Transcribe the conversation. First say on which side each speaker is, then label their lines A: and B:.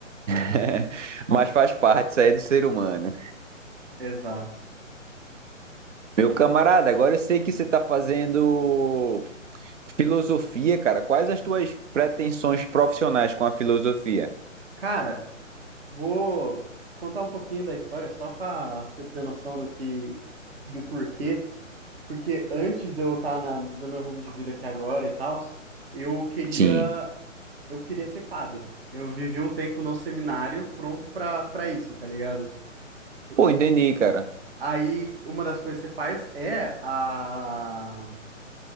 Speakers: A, on the right; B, on the right.
A: <laughs> mas faz parte, isso aí é do ser humano.
B: Exato.
A: Meu
B: E,
A: camarada, agora eu sei que você tá fazendo Filosofia, cara, quais as tuas pretensões profissionais com a filosofia?
B: cara, vou contar um pouquinho da história só pra você ter noção do que, do porquê. Porque antes de eu estar na, no meu rumo de vida aqui agora e tal, eu queria,
A: Sim,
B: eu queria ser padre. Eu vivi um tempo no seminário pronto pra para isso, tá ligado?
A: Pô,
B: E
A: entendi, cara.
B: aí, uma das coisas que você faz é a